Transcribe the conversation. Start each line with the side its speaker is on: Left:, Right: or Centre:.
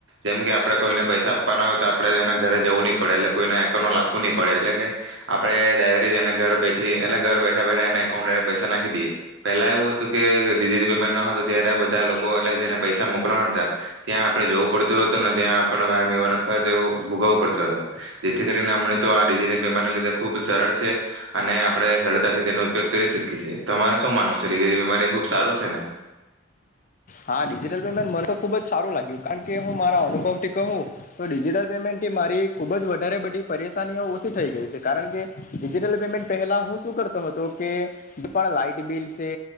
Right: જેમ કે આપડે કોઈને પૈસે આપવાના હોય તો આપણે એના ઘરે જવું નહીં પડે, એટલે કોઈના એકાઉન્ટમાં લાખવું નહી પડે, એટલે કે આપણે ડાયરેક્ટ જ એને ઘર બેઠી એટલે ઘર બેઠા બેઠા એને <unintelligible> પૈસા નાખી દઈએ. પેલા એવું હતું કે જે ડિજિટલ પેમેન્ટ ન હતું, ત્યારે બધા લોકોને એટલે કે જેને પૈસા મોકલવાના હતા, ત્યાં આપણે જવું પડતું હતું, અને તે આપણને <unintelligible> દેવું ભોગવો પડતો હતો. જેથી કરીને હમણે તો આ ડિજિટલ પેમેન્ટ ના લીધે ખૂબ સરળ છે અને આપણે સરળતાથી તેનો ઉપયોગ કરી શીખી છી. તમારે શું માનવું છે? રે અમારે ખુબ સારું છે ને?
Left: હા, ડિજિટલ પેમેન્ટ મને તો ખુબ જ સારું લાગ્યું. કારણ કે હું મારા અનુભવ થી કહું તો, ડિજિટલ પેમેન્ટ થી મારી ખુબ જ વધારે બધી પરેશાનીઓ ઓછી થઈ ગઈ છે. કારણ કે ડિજિટલ પેમેન્ટ પહેલા હું શું કરતો હતો કે, જે પણ લાાઈટ બિલ છે